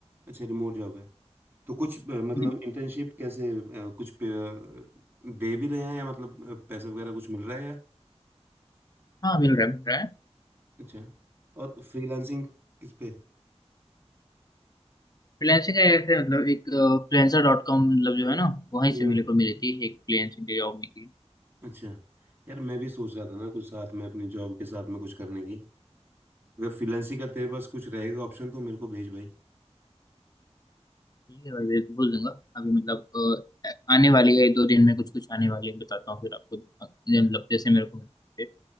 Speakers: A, on the right; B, on the left.
A: अच्छा रिमोट जॉब है तो कुछ अ, मतलब
B: हम्म,
A: इंटर्नशिप कैसे अ, कुछ पे, अ, दे भी रहे हैं या मतलब अ, पैसे वगैरह कुछ मिल रहा है या
B: हाँ मिल रहा है मिल रहा है
A: अच्छा और फ्रीलांसिंग किस पे
B: फ्रीलांसिंग का ऐसे मतलब एक फ्रीलांसर डॉट कॉम मतलब जो है ना वहीं
A: हम्म
B: से मेरे को मिली थी एक फ्रीलांसिंग की जॉब मिली थी
A: अच्छा यार मैं भी सोच रहा था ना कुछ साथ में अपनी जॉब के साथ में कुछ करने की अगर फ्रीलांसिंग का तेरे पास कुछ रहेगा ऑप्शन तो मेरे को भेज भाई
B: ठीक है भाई मैं बोल दूंगा अभी मतलब अ, आने वाली है दो दिन में कुछ कुछ आने वाली है बताता हूँ फिर आपको अ, मतलब जैसे मेरे को मिले।